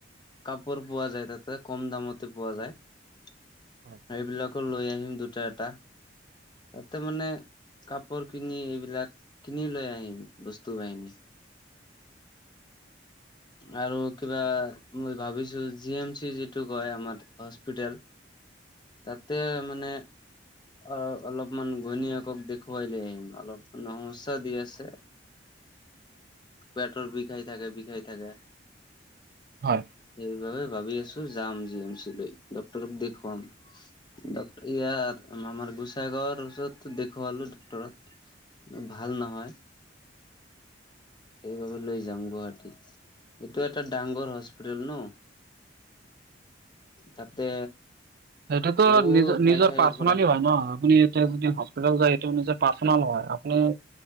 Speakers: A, on the left; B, on the right.
A: কাপোৰ পোৱা যায় তাতে কম দামতে পোৱা যায় সেইবিলাক।
B: হয়
A: আকৌ লৈ আহিম দুটা এটা। তাতে মানে কাপোৰ কিনি এইবিলাক কিনি লৈ আহিম বস্তু বাহিনী।
B: <inaudible>
A: আৰু কিবা মই ভাবিছো জি এম চি টো কয় আমাৰ হস্পিতেল তাতে মানে অ' অলপমান ঘৈনীয়েকক দেখুৱাই লৈ আহিম, অলপমান সমস্যা দি আছে।
B: <inaudible>
A: পেট্ বিষাই থাকে বিষাই থাকে
B: হয়
A: সেইবাবে ভাবি আছো যাম জি এম চি লৈ ডক্টৰক দেখুৱাম। ড ইয়াৰ আমাৰ গোসাইগাৱৰ ওচৰতো দেখুৱালো ডক্তৰক। ভাল নহয় এইবাবে লৈ যাম গুৱাহাটী। এইটো এটা ডাংঙৰ হস্পিটেল ন'। তাতে
B: সেইটোতো
A: বহুত
B: নিজৰ
A: ঠাই
B: নিজৰ
A: ঠাইৰ
B: পাৰ্চনেলি
A: পৰা
B: হয় ন', আপুনি এতিয়া যদি যায় সেইটো যায় নিজে পাৰ্চনেল হয়। আপুনি